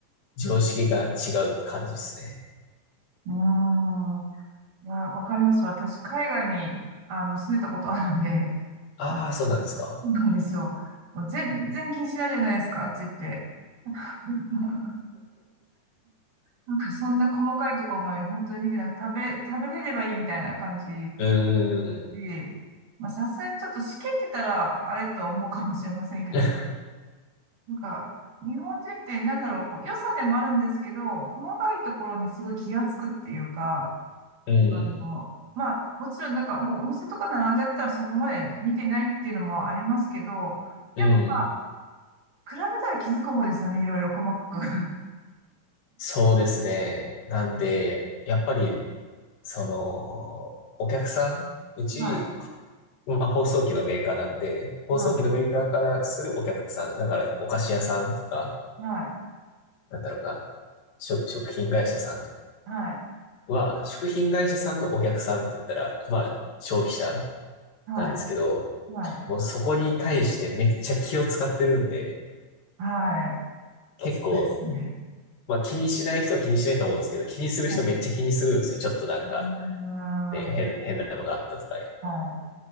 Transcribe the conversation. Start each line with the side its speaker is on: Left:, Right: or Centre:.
Left: 常識が違う感じですね。
Right: うーん。いや、わかります。私、海外に、あの、住んでたことあるんで、
Left: ああー、
Right: あ、
Left: そうなんですか。
Right: そうなんですよ。もう全然気にしないじゃないですか、あっち行って。<laughs> なんか、そんな細かいところまで本当に見てなく、食べ、食べれればいいみたいな感じ
Left: うーん。
Right: で、まあ、さすがにちょっとしけってたら、あれとは思うかもしれませんけども、
Left: <laughs>
Right: なんか、日本人ってなんだろう、こう良さでもあるんですけど、細かいところにすごい気がつくっていうか、
Left: うん。
Right: もうまあ、もちろんなんかもうお店とか並んじゃったらそこまで見てないっていうのもありますけど、でもまあ、
Left: うん。
Right: 比べたら気づく方ですよね、いろいろ細かく。<laughs>
Left: そうですね。なんで、やっぱり、その、お客さん、うち、
Right: はい、
Left: まあ、放送機のメーカーなんで、放送機のメーカーからするお客さん、
Right: はい、
Left: だから、お菓子屋さんとか、
Right: はい、
Left: なんだろうな、食、食品会社さん
Right: はい、
Left: は、食品会社さんのお客さんって言ったら、まあ、消費者
Right: はい、
Left: なんですけど、
Right: はい、
Left: もうそこに対してめっちゃ気を使ってるんで、
Right: はい、はい
Left: 結構、
Right: そうですね。
Left: まあ気にしない人は気にしないと思うんですけど、気にする人めっちゃ気にするんですよ。
Right: は
Left: ちょっとなんか、
Right: い、うーん、は
Left: ね、変、変なのがあったとか、
Right: い、